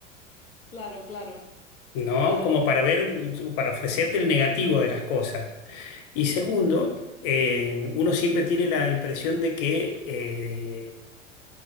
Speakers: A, on the left (about 85°); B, on the left (about 45°).
A: claro, claro,
B: ¿no?
A: claro.
B: Como para ver, para ofrecerte el negativo de las cosas. Y segundo, eh, uno siempre tiene la impresión de que eh,